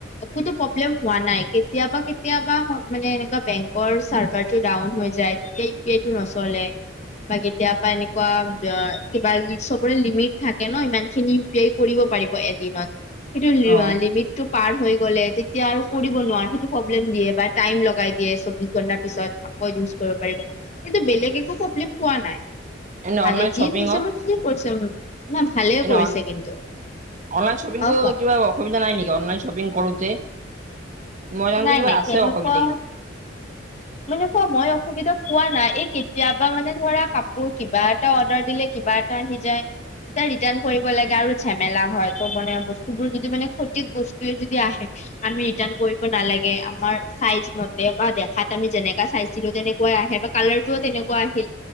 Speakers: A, on the left; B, on the right.
A: একোটো প্ৰব্লেম হোৱা নাই কেতিয়াবা কেতিয়াবা মানে এনেকোৱা বেংকৰ চাৰ্ভাৰ। টো ডাউন হৈ যায় সেই এইটো নচলে বা কেতিয়াবা এনেকুৱা কিবা চবৰে লিমিট থাক ইমান খিনি পে কৰিব পাৰিব এদিনত কিন্তু
B: অ
A: লিমিট টো পাৰ হৈ গ'লে তেতিয়া আৰু কৰিব নোৱাৰে সেইটো প্ৰব্লেম দিয়ে বা টাইম লগাই দিয়ে চৌবিশ ঘন্টাৰ পিছত। পাৰিব কিন্তু বেলেগ একো প্ৰব্লেম পোৱা নাই
B: এনে
A: ভালে
B: অনলাইন
A: যি
B: শ্বপিঙত
A: হৈছে ম কৰিছে ন ভালে
B: এনে
A: কৰিছে কিন্তু
B: অনলাইন শপিংটো
A: অ কোৱা
B: কিবা অসুবিধা নাই নেকি অনলাইন শ্বপিং কৰোতে? মই যাওঁতে
A: নাই
B: কিবা
A: নাই
B: আছে
A: তেনেকুৱা
B: অসুবিধা কিন্তু!
A: মানে কোৱা মই অসুবিধা পোৱা নাই এই কেতিয়াবা মানে ধৰা কাপোৰ কিবা কিবা এটা অৰ্ডাৰ দিলে কিবা এটা আহি যায়। ৰিটাৰ্ণ কৰিব লাগে আৰু ঝেমেলা হয় ত মানে বস্তুবোৰ যদি মানে ক্ষতি বস্তুয়ে যদি আহে আমি ৰিটাৰ্ণ কৰিব নালাগে আমাৰ চাইজ মতে বা দেখাত আমি যেনেকা চাইজ দিলোঁ তেনেকুৱাই আহে বা কালাৰটোও তেনেকুৱা আহিল